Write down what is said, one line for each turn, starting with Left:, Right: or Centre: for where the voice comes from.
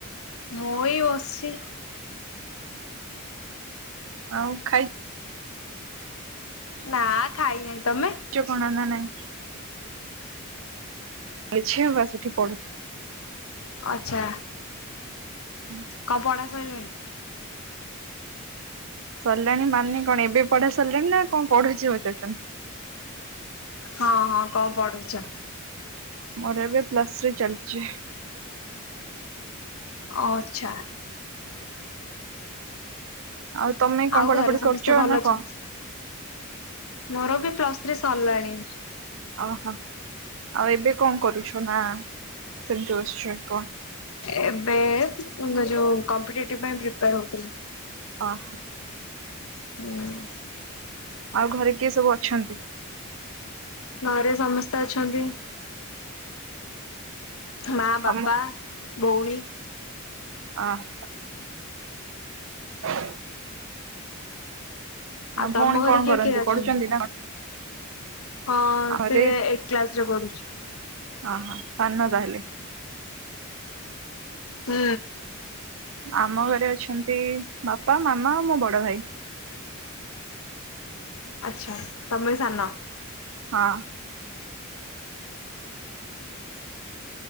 Left: ମୁ ଏଇ ବସିଚି।
Right: ଆଉ ଖାଇ
Left: ନା ଖାଇ ନାଇଁ ତମେ?
Right: <inaudible> <inaudible> ବା ସେଠି ପଢ଼
Left: ଆଚ୍ଛା।
Right: <inaudible>
Left: କଣ ପଢ଼ା ସଇଲାଣି।
Right: ସରିଲାଣି ମାନେ କଣ ଏବେ ପଢ଼ା ସରିଲାଣି ନା କଣ ପଢ଼ୁଚି ପଚାରୁଚ।
Left: ହଁ ହଁ କଣ ପଢୁଛ?
Right: ମୋର ଏବେ ପ୍ଲସ ଥ୍ରି ଚାଲିଛି।
Left: ଅଛା।
Right: ଆଉ ତମେ କଣ
Left: ଆଉ
Right: ପଢାପଢି
Left: ଘରେ ସମସ୍ତେ
Right: କରୁଛ
Left: ଭଲ
Right: ନା
Left: ଅଛନ୍ତି
Right: କଣ?
Left: ମୋର ବି ପ୍ଲସ୍ ଥ୍ରୀ ସରିଲାଣି।
Right: ଓହୋ ଆଉ ଏବେ କଣ କରୁଛ ନା ସେମିତି ବସୁଛ କଣ।
Left: ଏବେ ଯୋଉ କମ୍ପିଟେଟିଭ ପାଇଁ ପ୍ରିପେୟାର ହଉଥିଲି।
Right: ହଁ।
Left: <unintelligible>
Right: ଆଉ ଘରେ କିଏ ସବୁ ଅଛନ୍ତି?
Left: ଘରେ ସମସ୍ତେ ଅଛନ୍ତି। ମା ବାପା
Right: ତମ
Left: ଭଉଣୀ।
Right: ହ। <unintelligible> ଆଉ
Left: ତମ
Right: ଭଉଣୀ
Left: ଘରେ
Right: କଣ
Left: କିଏ
Right: କରନ୍ତି
Left: କିଏ ଅଛନ୍ତି?
Right: ପଢୁଛନ୍ତି ନା?
Left: ହଁ
Right: ଘରେ
Left: ସେ ଏଇଟ୍ କ୍ଲାସରେ ପଢୁଛି।
Right: ଓହୋ ସାନ ତାହାଲେ?
Left: ହୁଁ।
Right: ଆମ ଘରେ ଅଛନ୍ତି ବାପା ମାମା ଆଉ ମୋ ବଡ ଭାଇ।
Left: ଆଚ୍ଛା। ତମେ ସାନ?
Right: ହଁ।